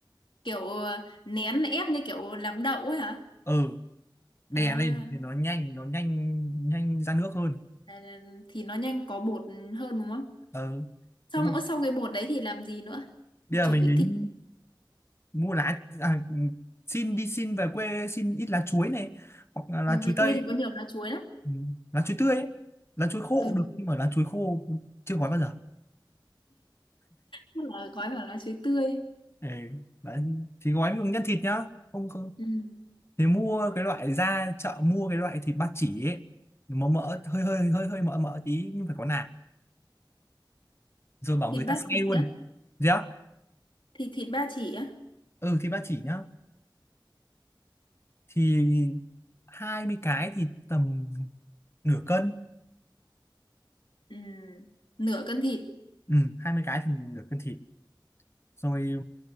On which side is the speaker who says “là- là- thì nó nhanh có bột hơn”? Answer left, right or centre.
Left